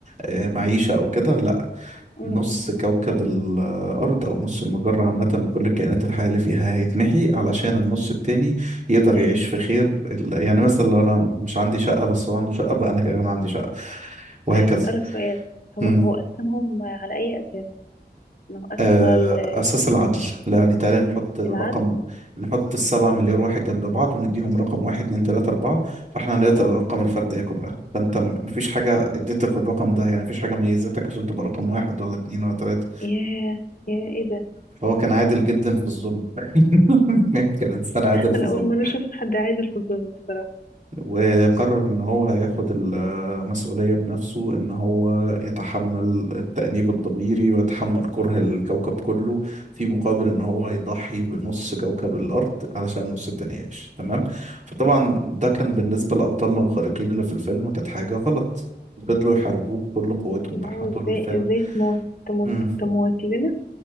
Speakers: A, on the right; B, on the left.
A: آه، معيشة او كده لا
B: مم،
A: نص
B: مم.
A: كوكب الأرض أو نص المجرة عامة بكل الكائنات الحية اللي فيها هيتمحي علشان النص التاني يقدر
B: طيب
A: يعيش في خير ال... يعني مثلا لو أنا مش عندي شقة بس هو عنده شقة بقى أنا كمان عندي شقة وهكذا
B: طيب اسألك سؤال هو
A: مم.
B: هو أسمهم على أي أساس نوقفن
A: آه،
B: بقى ال-
A: أساس العدل يعني تعالى نحط الرقم
B: العدل
A: نحط السبعة مليار واحد جنب بعض ونديهم رقم واحد اتنين تلاتة أربعة فاحنا هنقدر
B: اه
A: الأرقام الفردية كلها فأنت م- مفيش حاجة اديتك الرقم ده يعني مفيش حاجة ميزتك عشان تبقى رقم واحد ولا اتنين ولا تلاتة
B: ياه ياه ايه ده
A: فهو كان عادل جدا في الظلم <laughs> كان إنسان عادل في
B: انا
A: الظلم
B: اول مره اشوف حد عادل في الظلم الصراحه
A: وقرر إن هو هياخد المسؤولية بنفسه إن هو يتحمل التأنيب الضميري ويتحمل كره الكوكب كله في مقابل
B: م-
A: إن هو
B: م.
A: يضحي بنص كوكب الأرض علشان النص التاني يعيش تمام فطبعا ده كان بالنسبة لأبطالنا الخارقين اللي في الفيلم كانت حاجة غلط فضلوا يحاربوه بكل قوتهم
B: اللي
A: بقى
B: هو
A: احنا طول
B: ازاي
A: الفيلم
B: ازاي تموت تموت
A: امم
B: تموت لنا